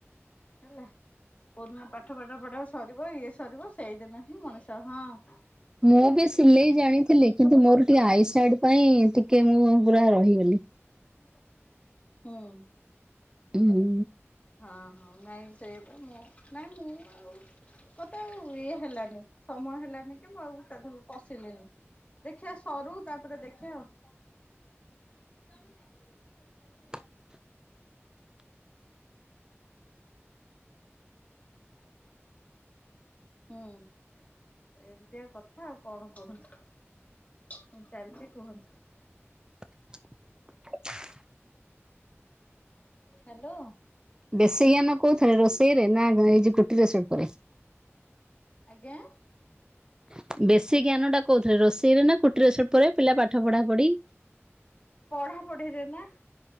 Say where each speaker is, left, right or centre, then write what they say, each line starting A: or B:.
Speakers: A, on the left (about 30°); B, on the right (about 15°).
A: ହେଲା କୋଉଦିନ ପାଠ ପଢଠ ପଢା ସରିବ ଇଏ ସରିବ ସେଇଦିନ ହିଁ ମଣିଷ ହଁ ଟି
B: ମୁଁ ବି ସିଲେଇ ଜାଣିଥିଲି କିନ୍ତୁ ମୋର ଟିକେ ଆଇ ସାଇଡ ପାଇଁ ଟିକେ ମୁଁ ପୁରା ରହିଗଲି।
A: ହୁଁ ହଁ।
B: ହୁଁ
A: ହଁ ନାଇଁ ସେଇବେ ମୁଁ ନାଇଁ ମୁଁ ଆଉ ମତେ ୱଏ ହେଲାନି ସମୟ ହେଲା। ମୁଁ ଆଉ ପଶିଲିନି ଦେଖିିବା ସରୁ ତାପରେ ଦେଖିଆ ଆଉ। ତମେ
B: <inaudible>
A: କହୁଛି କହୁଛି। ହୁଁ ଏମିତିଆ କଥା ଆଉ। କଣ କୁହନ୍ତୁ? କଣ ଚାଲିଛି କୁହନ୍ତୁ?
B: <inaudible>
A: ହାଲୋ।
B: ବେଶୀ ଜ୍ଞାନ କୋଉ ଥିରେ? ରୋଷେଇ ରେ ନା ଏ ଯୋଉ କୁଟିର ଶିଳ୍ପରେ?
A: ଆଜ୍ଞା।
B: <inaudible> ବେଶୀ ଜ୍ଞାନ ଟା କେଉଥିରେ? ରୋଷେଇରେ ନା କୁଟୀର ଶିଳ୍ପରେ? ପିଲା ପାଠ ପଢା ପଢି।
A: ପଢା ପଢିରେ ନା,